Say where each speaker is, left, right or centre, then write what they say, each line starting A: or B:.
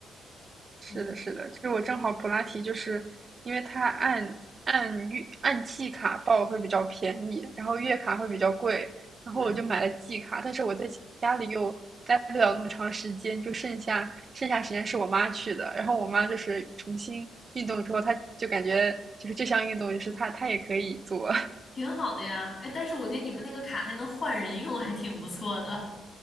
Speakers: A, on the right; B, on the left.
A: 是的，
B: 嗯，
A: 是的，就是我正好普拉提，就是因为它按按月按季卡报会比较便宜，然后月卡会比较贵，然后我就买了季卡，
B: 对，
A: 但是我在家里又待不了那么长时间，就剩下剩下时间是我妈去的，然后我妈就是重新运动之后，她就感觉就是这项运动就是她她也可以做，
B: 挺好的呀。哎，但是我觉得你们那个卡还能换人用，还挺不错的。